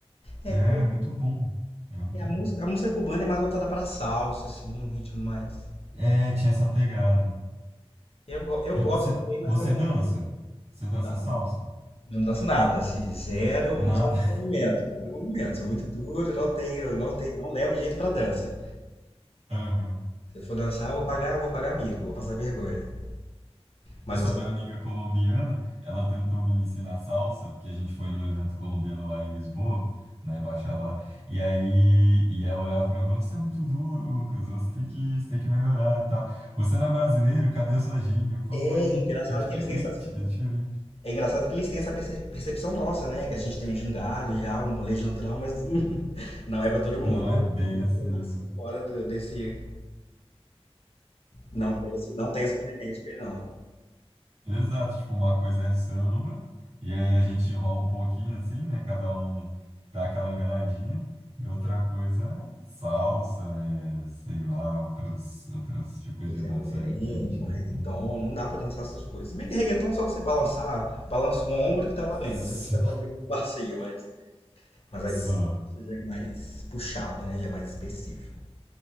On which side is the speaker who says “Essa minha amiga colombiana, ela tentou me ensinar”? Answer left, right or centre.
Right